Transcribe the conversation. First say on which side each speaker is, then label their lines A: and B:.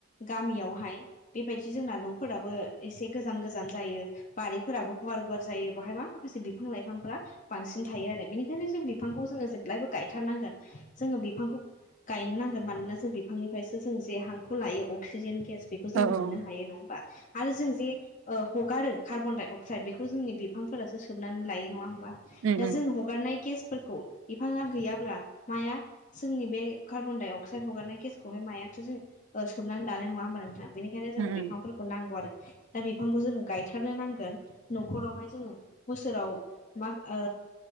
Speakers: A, on the left; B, on the right.
A: गामियावहाय बेबायदि जोंना न'फोराबो एसे गोजान गोजान जायो। बारिफोराबो गुवार गुवार जायो बेहाय मा माखासे बिफां लाइफांफोरा बांसिन थायो आरो बेनिखायनो जों बिफांखौ जोङो जेब्लायबो गायथारनांगोन जोङो बिफांखौ गायनो नांगोन मानोना जों बिफांनिफ्रायसो जों जे हांखौ लायो अक्सिजेन गेस बेखौ जोङो
B: औ औ
A: मोननो हायो नङा होमबा आरो जों जे हगारो कार्बन डाइ अक्साइद बेखौ जोंनि बिफांफोरासो सोबनानै लायो नङा होम
B: उम
A: दा
B: उम
A: जों हगारनाय गेसफोरखौ बिफाङा गैयाब्ला माया जोंनि बे कार्बन डाइ अक्साइड हगारनाय गेसखौहाय मायाथ'सो सोमनानै लानाय नङा होमबा नोंथां? बेनि बेखायनो जोङो
B: औ उम
A: बिफांफोरखौ नांगौ आरो। दा बिफांखौ जोङो गायथारनो नांगोन। न'खरावहाय जोङो बोसोराव माइ ओ